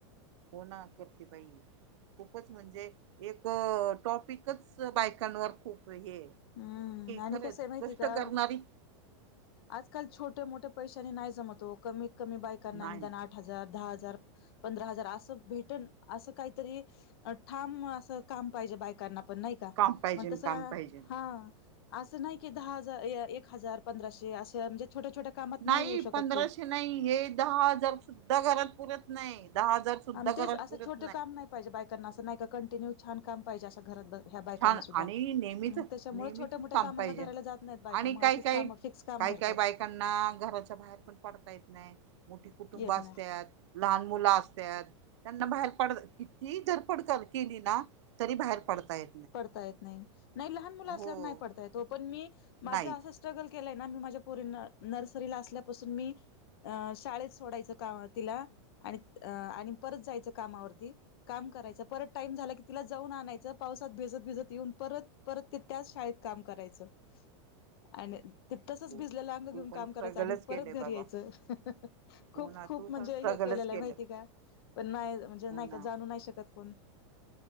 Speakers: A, on the right; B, on the left.
A: हो ना करते बाई खूपच म्हणजे एक. टॉपिकच बायकांवर खूप हे.
B: हम्म आणि
A: खरंच
B: कस आहे माहिती
A: कष्ट
B: का
A: करणारी
B: आजकाल छोट्या मोठ्या. पैशानी नाही जमत ओ कमीत कमी बायकांना
A: नाही
B: निदान आठ हजार दहा हजार. ं पंधरा हजार अस भेट अस काहीतरी ठाम अस काम पाहिजे बायकांना. पण नाही का
A: काम पाहिजे
B: मग तसं.
A: काम पाहिजे
B: हा असं नाही की दहा हजार एक हजार पंधराशे असं म्हणजे. छोट्या छोट्या कामात
A: नाही
B: होऊ शकत
A: पंधराशे
B: ते
A: नाही हे दहा हजार सुद्धा घरात पुरत नाही दहा हजार. सुद्धा
B: आणि
A: घरात
B: तेच असं
A: पुरत
B: छोटे काम नाही पाहिजे बायकांना असं नाही का कंटिन्यू. छान काम पाहिजे असं घरात ह्या बायकांना
A: छान
B: सुद्धा.
A: आणि नेहमीच
B: मग
A: नेहमीचच
B: त्याच्यामुळे छोट्या मोठ्या
A: काम
B: कामांना
A: पाहिजे
B: धरायला जात नाहीत, बायका
A: आणि
B: मग
A: काय
B: असंच
A: काय
B: काम फिक्स काम
A: काही
B: धरतात.
A: काही बायकांना बाहेर पण पडता येत नाही मोठी कुटुंब
B: येत
A: असतात
B: नाही
A: लहान मुलं असतात. त्यांना बाहेर पड किती धरपड केली ना तरी बाहेर पडता येईल.
B: पडता येत नाही नाही लहान मुल असल्या
A: हो
B: नाही पडता येत पण मी माझ्या
A: नाहीच
B: असं स्ट्रगल. केलाय ना मी माझ्या परी नर्सरीला असल्यापासून मी. अ शाळेत सोडायचं काम तिला आणि आणि परत जायचं कामावरती काम. करायचा परत टाम झाला की, तिला जाऊन आणायच पाऊस. भिजत भिजत येऊन परत परत ते त्याच शाळेत काम करायचं आणि. ते तसच
A: हो
B: भिजलेलं अंग घेऊन
A: तू
B: काम
A: पण स्ट्रगलच
B: करायचं आणि
A: केलंय
B: परत
A: बाबा
B: घरी यायचं हम्म हम्म हम्म
A: हो
B: खूप
A: ना
B: खूप
A: तू
B: म्हणजे
A: पण स्ट्रगलच
B: हे केल.
A: केलं
B: के माहिती का पण नाही म्हणजे
A: हो
B: नाही
A: ना
B: का जाणू नाही शकत कोण.